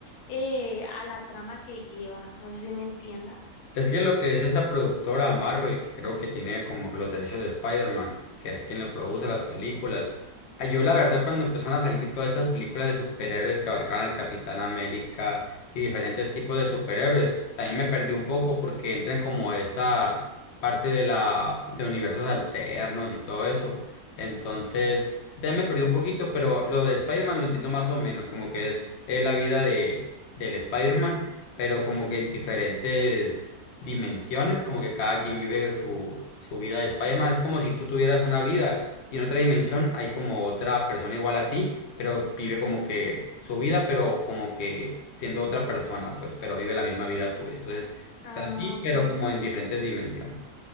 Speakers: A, on the left (about 85°); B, on the left (about 55°).
A: eh, a la trama que lleva, no sé si me entiendas.
B: Es que lo que es esta productora Marvel, que creo que tiene como que los derechos de Spider-Man, que es quien le produce las películas. Ah, Yo la verdad cuando empezaron a salir todas estas películas de superhéroes que abarcaban al Capitán América y diferentes tipos de superhéroes, también me perdí un poco porque entran como esta parte de la de universos alternos y todo eso. Entonces, yo también me perdí un poquito, pero lo de Spider-Man lo entiendo más o menos, como que es, es la vida de del Spider-Man pero como que en diferentes dimensiones, como que cada quien vive su, su vida de Spider-Man. Es como si tú tuvieras una vida y en otra dimensión hay como otra persona igual a ti, pero vive como que su vida, pero como que siendo otra persona, pues, pero vive la misma vida tuya. Entonces, es
A: Ah,
B: así,
A: ok.
B: pero como en diferentes dimensiones.